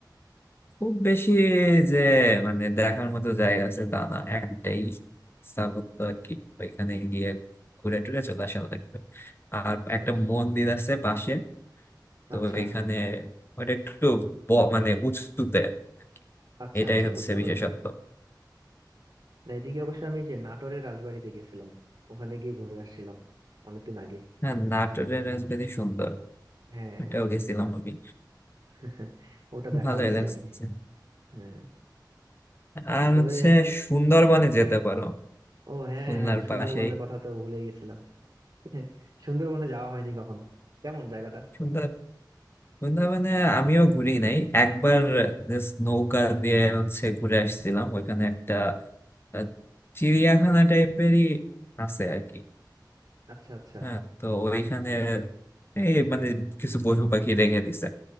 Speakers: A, on the left; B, on the right.
A: খুব বেশি যে মানে দেখার মতো জায়গা আছে তা না একটাই স্থাপত্য আর কি ওইখানে গিয়ে ঘুরে টুরে চলে আসা লাগবে আর
B: আচ্ছা
A: একটা
B: আচ্ছা
A: মন্দির আছে পাশে তো
B: আচ্ছা
A: ওইখানে ওটা একটু ব- মানে উঁচুতে আর কি।
B: আচ্ছা
A: এটাই
B: আচ্ছা
A: হচ্ছে
B: বুঝতে
A: বিশেষত্ব
B: পারছি না এদিকে অবশ্য আমি যে নাটোরের রাজবাড়িতে গেছিলাম ওখানে গিয়ে ঘুরে আসছিলাম অনেকদিন আগে
A: হ্যাঁ নাটোরের রাজবাড়ি সুন্দর
B: হ্যাঁ
A: ওটাও গেছিলাম আমি
B: <laughs> ওটা দেখা
A: ভালোই
B: হয়েছে
A: লাগছে
B: আর কি হ্যাঁ
A: আর
B: তবে
A: হচ্ছে সুন্দরবনে যেতে পারো
B: ও হ্যাঁ
A: খুলনার
B: হ্যাঁ সুন্দরবনের
A: পাশেই
B: কথা তো ভুলে গেছিলাম <laughs> সুন্দরবনে যাওয়া হয়নি কখনো কেমন জায়গাটা
A: হ্যাঁ বৃন্দাবনে আমিও ঘুরি নাই একবার just নৌকা দিয়ে হচ্ছে ঘুরে আসছিলাম ওইখানে একটা আহ, চিড়িয়াখানা টাইপেরই আছে আর কি
B: আচ্ছা আচ্ছা
A: হ্যাঁ তো ওইখানে এই মানে কিছু পশু পাখি রেখে দিছে